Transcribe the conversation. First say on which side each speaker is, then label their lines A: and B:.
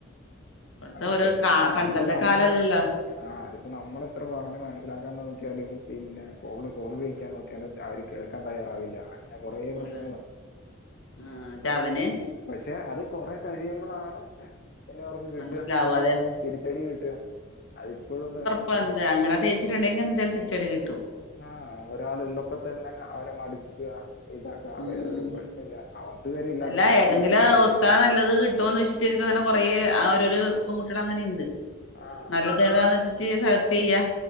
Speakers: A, on the left; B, on the left.
A: ഇപ്പഴത്തെ
B: അതിപ്പോ
A: ഒരു കാ പണ്ടത്തെ
B: അതിപ്പോ നമ്മള്!
A: കാലല്ലല്ലോ
B: ആഹ്! അതിപ്പോ നമ്മളെത്ര പറഞ്ഞു മനസ്സിലാക്കാൻ നോക്കിയാലും പിന്നെ പ്രോബ്ലം സോൾവ് ചെയ്ക്കാൻ നോക്കിയാലും അവർ! കേൾക്കാൻ തയ്യാറാവില്ല. അങ്ങനെ കുറെേ പ്രശ്നങ്ങളുണ്ട്.
A: അതെ ആഹ്! അതവനെ!
B: പക്ഷെ അത് കൊറെ കഴിയുമ്പോളാണ്! പിന്നെ അവർക്ക് കിട്ടുക
A: മനസ്സിലാവാതെ
B: തിരിച്ചടി കിട്ടുക അതിപ്പോഴൊന്ന്!
A: ഇപ്പ എന്ത അങ്ങനെ തേച്ചിട്ടുണ്ടെങ്കി എന്തായാലുംതിച്ചടി കിട്ടും.
B: ആഹ്! ഒരാളുള്ളപ്പോ തന്നെ അവനെ മടുക്കുക ഇതാക്കാ
A: ഉം
B: വേറൊരു
A: ഉം
B: പ്രശ്നം ഇല്ല. അത് വരെ ഇല്ലാത്ത
A: അല്ല
B: പ്രശ്നങ്ങളൊക്കെ
A: ഏതെങ്കിലും
B: ഇപ്പ വരിക!
A: ഒത്താ നല്ലത് കിട്ടുമെന്ന് വെച്ചിട്ട് അങ്ങനെ കൊറെ ഓരോരു പെൺ കുട്ടികൾട്അങ്ങനെ ഉണ്ട്
B: ആ
A: നല്ല- തുഏതാന്ന് വച്ചിട്ട് സെലക്ട് ചെയ്യാ?